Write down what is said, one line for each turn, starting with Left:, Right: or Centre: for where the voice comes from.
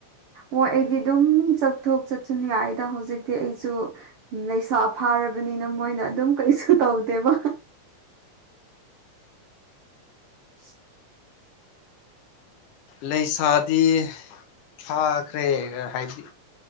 Right: ꯍꯣꯏ ꯑꯩꯗꯤ ꯑꯗꯨꯝ ꯆꯠꯊꯣꯛ ꯆꯠꯁꯨꯟ ꯌꯥꯏꯗ ꯍꯧꯖꯤꯛꯇꯤ ꯑꯩꯁꯨ ꯂꯩꯁꯥ ꯐꯥꯔꯛ ꯕꯅꯤꯅ ꯃꯣꯏꯅ ꯑꯗꯨꯝ ꯀꯩꯁꯨ ꯇꯧꯗꯦꯕ <inaudible>
Left: ꯂꯩꯁꯥꯗꯤ ꯐꯥꯈ꯭ꯔꯦ ꯍꯥꯏꯗꯤ